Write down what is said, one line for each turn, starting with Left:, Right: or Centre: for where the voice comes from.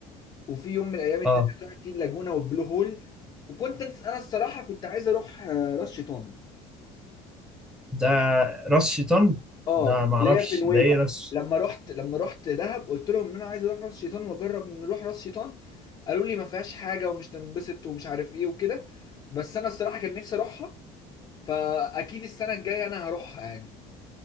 Left: وفي يوم من الايام التانية
Centre: اه
Left: هتروح فيه اللاجونة والبلو هول وكنت انا الصراحة كنت عايز اروح آه، راس شيطان
Centre: ده راس شيطان
Left: اه
Centre: ده معرفش
Left: اللي هي في نويبع
Centre: ده ايه راس
Left: لما رحت لما رحت دهب قلت لهم ان انا عايز اروح راس شيطان واجرب نروح راس شيطان قالوا لي ما فيهاش حاجة ومش تنبسط ومش عارف ايه وكده بس انا الصراحة كان نفسي اروحها فاكيد السنة الجاية انا هروحها يعني